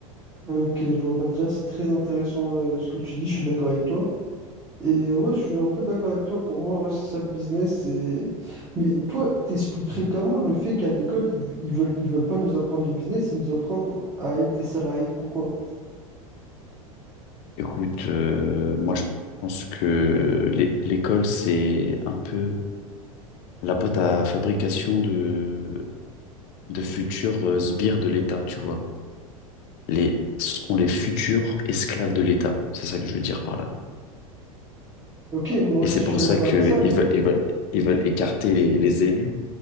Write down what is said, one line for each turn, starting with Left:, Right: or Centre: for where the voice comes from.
Right: Ok, je vois. Bah, déjà, c'est très intéressant euh, ce que tu dis. Je suis d'accord avec toi. Et euh, ouais, je suis un peu d'accord avec toi. Pour moi, ouais, c'est ça le business. c'est- Mais toi, t'expliquerais comment le fait qu'à l'école, ils, ils veulent, ils veulent pas nous apprendre le business, ils nous apprennent à être des salariés. Pourquoi?
Left: Écoute, euh, moi, je pense que l'é- l'école, c'est un peu la boîte à fabrication de, de futurs euh, sbires de l'État, tu vois. Les, sont les futurs esclaves de l'État. C'est ça que je veux dire par là.
Right: Ok, moi aussi
Left: Et c'est pour
Right: je suis d'accord
Left: ça qu'ils
Right: avec ça.
Left: veulent, ils veulent, ils veulent écarter les, les élus.